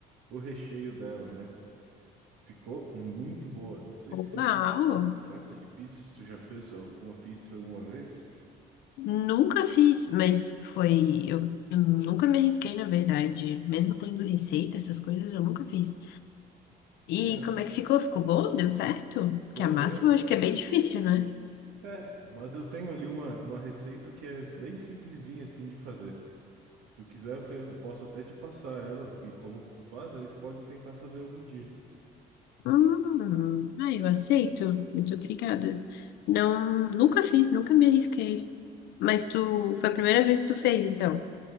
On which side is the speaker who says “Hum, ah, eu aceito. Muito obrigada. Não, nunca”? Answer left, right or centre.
Left